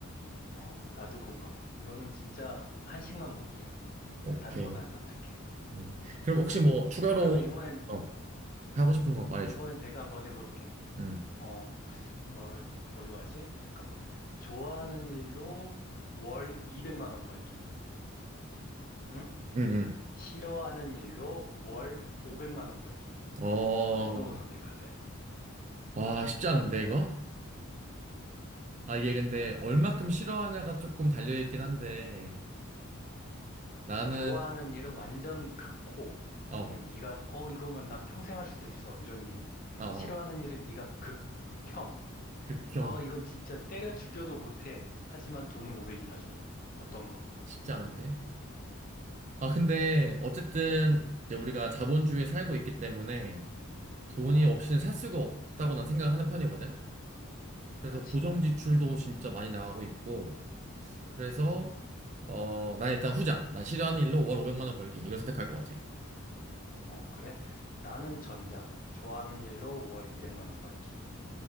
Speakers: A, on the left; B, on the right.
A: 어, 나도 공감. 이거는 진짜 한식만 먹기야. 음,
B: 오케이.
A: 나 다른 건 안 선택해.
B: 음. 그럼
A: 이렇게.
B: 혹시 뭐 추가로
A: 그러면 이번엔
B: 어, 하고 싶은 거 말해줘.
A: 이번엔 내가 한번 해볼게.
B: 음,
A: 어, 뭘, 뭘로 하지? 잠깐만. 좋아하는 일로 월 200만 원 벌기. 응?
B: 응 응
A: 싫어하는 일로 월 500만 원 벌기.
B: 어,
A: 넌 어느 거 선택할래?
B: 와, 쉽지 않은데 이거? 아, 이게 근데 얼마큼 싫어하냐가 조금 달려있긴 한데 나는
A: 좋아하는 일은 완전 극호.
B: 어,
A: 그냥 네가 어 이거면 난 평생 할 수도 있어. 이런 일.
B: 아, 어,
A: 싫어하는 일은 네가 극혐.
B: 극혐.
A: 아, 이건 진짜 때려 죽여도 못해. 하지만 돈을 500이나 줘. 어떤 거?
B: 쉽지 않은데? 아, 근데 어쨌든 이제 우리가 자본주의에 살고 있기 때문에 돈이
A: 어,
B: 없이는 살 수가 없다고 난 생각하는 편이거든. 그래서
A: 그렇지.
B: 고정 지출도 진짜 많이 나가고 있고, 그래서, 어, 난 일단 후자. 난 싫어하는 일로 월 500만 원 벌기. 이걸 선택할 것 같아.
A: 어, 그래? 나는 전자. 좋아하는 일로 월 200만 원 벌기.